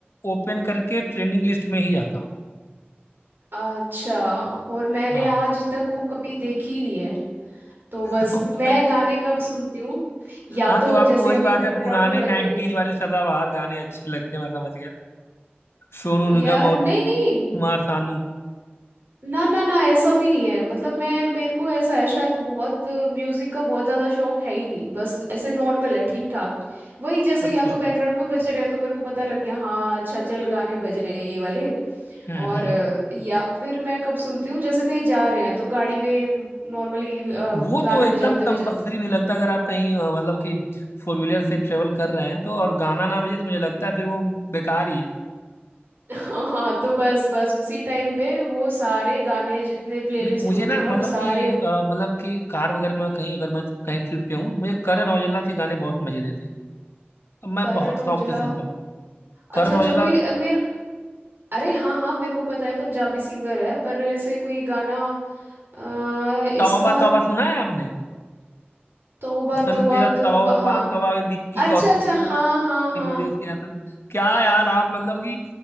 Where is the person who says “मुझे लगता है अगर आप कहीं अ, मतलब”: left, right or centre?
Left